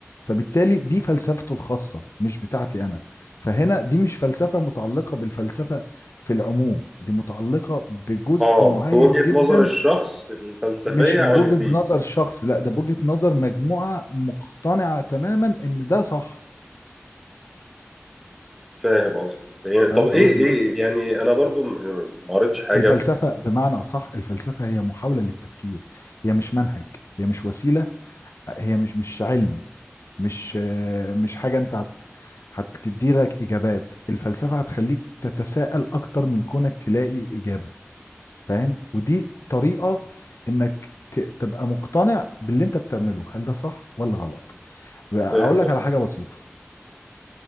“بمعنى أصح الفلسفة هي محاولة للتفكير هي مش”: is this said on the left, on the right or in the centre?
Left